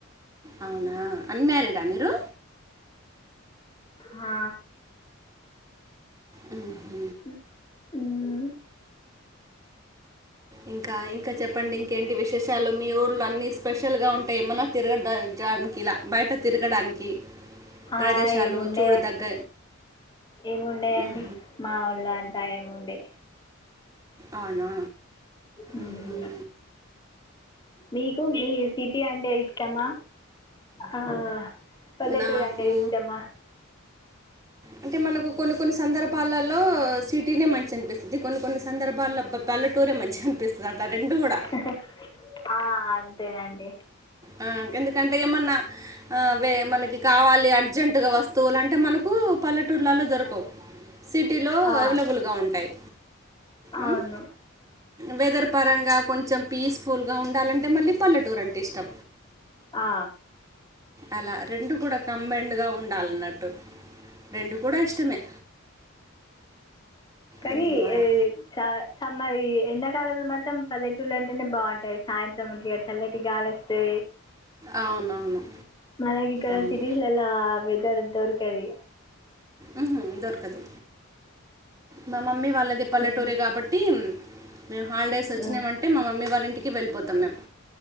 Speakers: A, on the right; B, on the left.
A: అవునా అన్మ్యారీడా మీరు
B: హా
A: ఉమ్
B: ఉ ఉమ్
A: ఇంకా ఇంకా చెప్పండి ఇంకేంటి విశేషాలు మీ ఊళ్లో అన్ని స్పెషల్గా ఉంటే ఏమన్నా తిరగ జడానికి ఇలా బయట తిరగడానికి
B: ఆ
A: ప్రదేశాలు
B: ఏముండే
A: చూడదగ్గ
B: ఏముండేయండి
A: ఉమ్,
B: మాముళ అని దాయము ఉండయి
A: అవునా
B: ఉమ్
A: ఉహుం.
B: మీకు మీ సిటీ అంటే ఇష్టమా ఆ పల్లెటూరి
A: నాకు
B: అంటే ఇష్టమా
A: అంటే మనకు కొన్ని కొన్ని సందర్భాలలో సిటీనే మంచి అనిపిస్తుంది కొన్ని కొన్ని సందర్భాలల్లో అ బ్బా పల్లెటూరే మంచి అనిపిస్తుంది అట్లా రెండు కూడా
B: హా హా ఆ అంతేనండి
A: ఆ గేమ్దుకంటే ఏమన్నా ఆవే మనకి కావాలి అర్జెంటుగా వస్తువులుంటే మనకు పల్లెటూర్లలో దొరకవు సిటీలో
B: ఆ,
A: అవైలబుల్గా ఉంటాయి
B: అవును
A: ఉమ్ వెదర్ పరంగా కొంచెం పీస్ఫుల్గా ఉండాలంటే మళ్ళీ పల్లటూర్ అంటే ఇష్టం
B: ఆ
A: అలా రెండు కూడా కంబైండ్గా ఉండాలన్నట్టు రెండు కూడా ఇష్టమే
B: కానీ
A: ఉమ్, అలా.
B: చ చమ్మా ఎండ కాలంలో మాత్రం పల్లెటూళ్లు అంటేనే బాగుంటాయి సాయంత్రంచిగా చల్లెటి గాలి వస్తే
A: అవునవును
B: మన ఇక్కడ
A: అవును
B: సిటీస్లల వెదర్ దొరకది
A: ఉహుమ్ దొరకదు మా మమ్మీ వాళ్ళది పల్లెటూరే
B: మ్మ్.
A: కాబట్టి మేము హాలడేస్ వచ్చినవంటే
B: మ్మ్.
A: మా మమ్మీ వాళ్ళింటి ఇంటికి వెళ్ళిపోతాం మేము